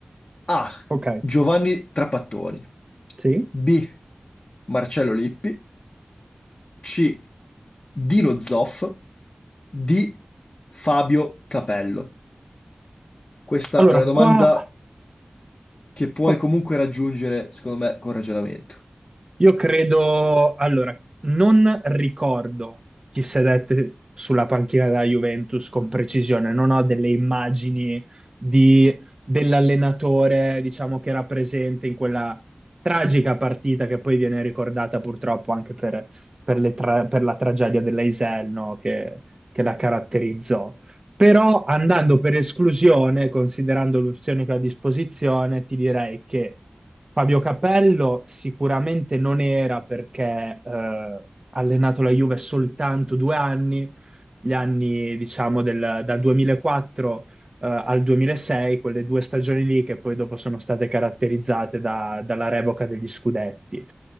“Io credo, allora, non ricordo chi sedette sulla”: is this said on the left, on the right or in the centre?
Right